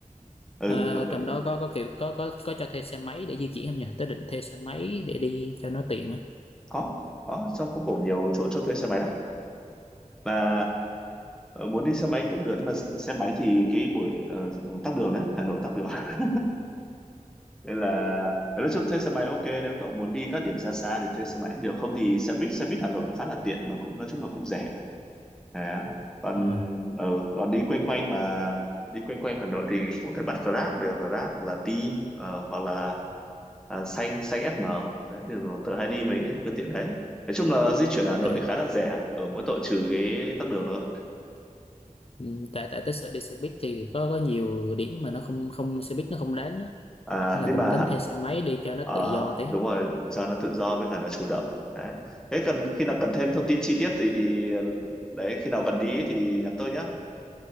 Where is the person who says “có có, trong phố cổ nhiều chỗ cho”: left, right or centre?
Centre